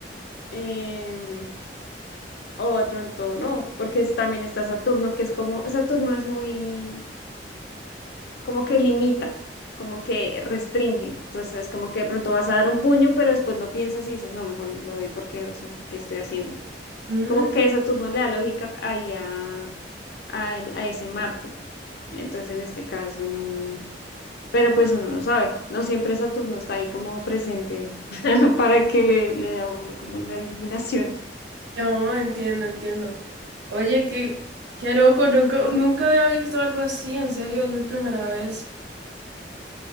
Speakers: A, on the left; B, on the right.
A: em, o de pronto no, porque es- también está Saturno, que es como, Saturno es muy, como que limita, como que restringe, entonces como que de pronto vas a dar un puño, pero después lo piensas y dices, no, mejor no lo doy porque, o sea, ¿qué estoy haciendo?
B: Mm,
A: Como que Saturno le da lógica ahí a, a, el- a ese Marte, entonces en ese caso no. pero pues uno no sabe, no siempre Saturno está ahí como presente <laughs> para que le, le dé a uno como la iluminación.
B: no, entiendo, entiendo. Oye, qué, qué loco, nunca, nunca había visto algo así, en serio, es mi primera vez.